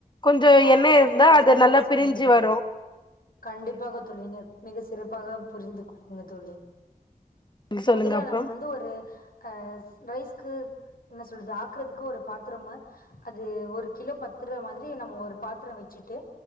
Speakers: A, on the left; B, on the left.
A: கொஞ்சோ
B: ஆமா
A: எண்ணெய்
B: தோழி
A: இருந்தா
B: நீங்க
A: அது
B: செறப்பாக
A: நல்லா
B: சொன்னீங்க
A: பிரிஞ்சு
B: தோழி
A: வரு
B: கண்டிப்பாக தோழி நீ மிக சிறப்பாக புரிந்து கொண்டீங்க தோழி
A: சொல்லுங்க
B: முதல்ல
A: அப்றோ
B: நம்ம வந்து ஒரு அ ரைஸ்கு என்ன சொல்றது ஆக்குறதுக்கு ஒரு பாத் திரும்ம அது ஒரு கிலோ பத்துர்ர மாதிர் ஜீ நம்ம ஒரு ஒரு பாத்துரோ வெச்சிட்டு